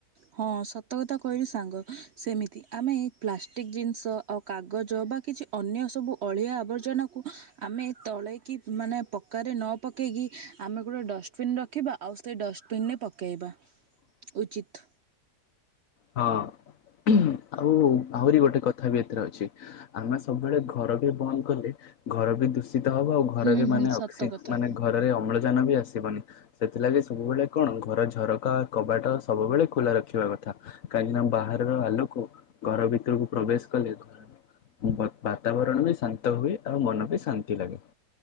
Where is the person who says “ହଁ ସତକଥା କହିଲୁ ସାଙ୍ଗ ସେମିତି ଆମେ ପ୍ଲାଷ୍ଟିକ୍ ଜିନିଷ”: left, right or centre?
Right